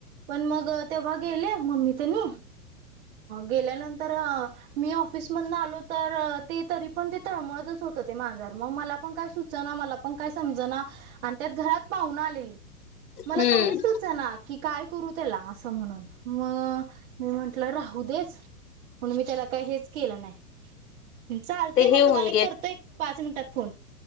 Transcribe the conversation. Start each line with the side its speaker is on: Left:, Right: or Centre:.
Right: पण मग तेव्हा गेले, मम्मी तेंनी गेल्यानंतर अ मी ऑफिसमधन आलो तर, ते तरी पण ते, तळमळतच होतं ते मांजर. मग मला पण काय सुचना मला पण काय समजना, आणि त्यात घरात पाहून आलेलीत. मला
Left: हम्म
Right: काहीच सुचना, की काय करू त्याला, असं म्हणून, म मी म्हंटलं राहूदेच, म्हणून मी त्याला काही हेच केलं नाही. चालतय
Left: ते
Right: म,
Left: हे होऊन
Right: तुम्हाला एक करतो, एक पाच मिनिटात फोन.